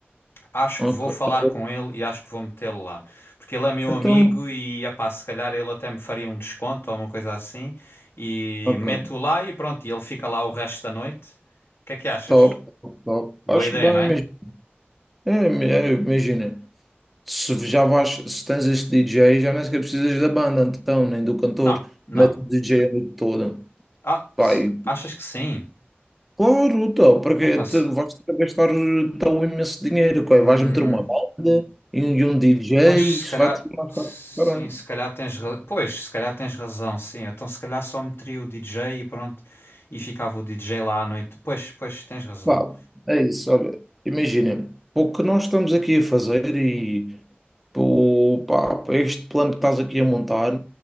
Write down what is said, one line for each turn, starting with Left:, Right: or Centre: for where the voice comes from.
Left: acho
Centre: Ok.
Left: que vou falar com ele e acho que vou metê-lo lá. Porque ele é meu
Centre: Então,
Left: amigo e epá, se calhar ele até me faria um desconto ou uma coisa assim. E
Centre: ok.
Left: meto lá e pronto, e ele fica lá o resto da noite. O que é que achas?
Centre: Top, top. top.
Left: Boa
Centre: Acho
Left: ideia,
Centre: bem,
Left: não é?
Centre: mas é, é, imagina. Se já vais, se tens este DJ, já nem sequer precisas da banda, então, nem do cantor.
Left: Não, não.
Centre: Mete o DJ a noite toda.
Left: Ah,
Centre: Vai.
Left: se- achas que sim?
Centre: Claro, então, porque
Left: Epá, se...
Centre: tu vais ter que gastar tão imenso dinheiro,
Left: hum.
Centre: coi, vais meter uma banda e um e um DJ,
Left: Pois, se
Centre: isso
Left: calhar,
Centre: vai ter mais
Left: sim,
Centre: caro que o caralho.
Left: se calhar tens, ra- pois, se calhar tens razão, sim. Então, se calhar só meteria o DJ e pronto, e ficava o DJ lá à noite. Pois, pois, tens razão.
Centre: Pá, é isso, olha, imagina, pô, o que nós estamos aqui a fazer e pô, pá, pá, este plano que estás aqui a montar